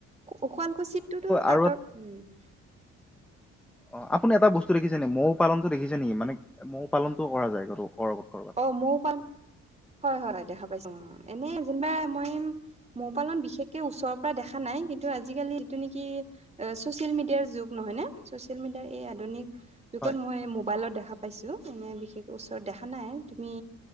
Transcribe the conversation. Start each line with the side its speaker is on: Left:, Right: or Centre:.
Right: শুৱালকুছিতটোতো তাঁতৰ,
Centre: আৰু অ
Right: উমঁ।
Centre: অ' আপুনি এটা বস্তু দেখিছে নেকি? মৌ পালনটো দেখিছে নেকি? মানে মৌ পালনটো কৰা যায় ক'ৰবাত ক'ৰবাত।
Right: অ' মৈ পালন, হয়' হয়'দেখা পাইছোঁ উমঁ, এনেই যেনিবা মই মৌ পালন বিশেষকে ওচৰৰ পৰা দেখা নাই কিন্তু আজিকালি যিটো নেকি- এ ছ'চিয়েল মিডিয়াৰ যুগ নহয় নে? ছ'চিয়েল মিডিয়াৰ এই আধুনিক যুগত
Centre: হয়
Right: মই মোবাইলত দেখা পাইছোঁ। এনেই বিশেষ ওচৰত দেখা নাই। তুমি